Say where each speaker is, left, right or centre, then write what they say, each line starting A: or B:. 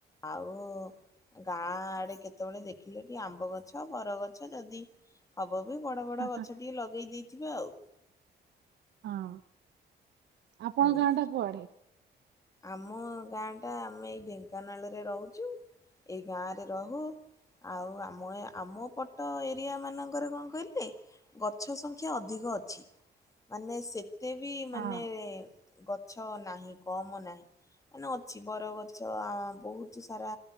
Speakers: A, on the left; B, on the right.
A: ଆଉ ଗାଁ ଆଡେ କେତେବେଳେ ଦେଖିଲେ କି ଆମ୍ବ ଗଛ ବରଗଛ ଯଦି ହବ ହବ ବି ବଡ ବଡ
B: ହଁ
A: ଗଛ ଟିକେ ଲଗେଇ ଦେଇ ଥିବେ ଆଉ।
B: ହଁ। ଆପଣଙ୍କ
A: ହୁଁ।
B: ଗାଁ ଟା କୁଆଡେ?
A: ଆମ ଗାଁ ଟା ଆମେ ଏଇ ଢେଙ୍କାନାଳରେ ରହୁଚୁ ଏଇ ଗାଁରେ ରହୁ ଆଉ ଆମ ଏ ଆମ ପଟ ଏରିଆ ମାନଙ୍କରେ କଣ କହିଲେ ଗଛ ସଂଖ୍ୟା ଅଧିକ ଅଛି ମାନେ ସେ ତେ ବି
B: ହଁ
A: ମାନେ ଗଛ ନାହିଁ କମ୍ ମ ନାହିଁ ମାନେ ଅଛି ବରଗଛ ବହୁତ ସାରା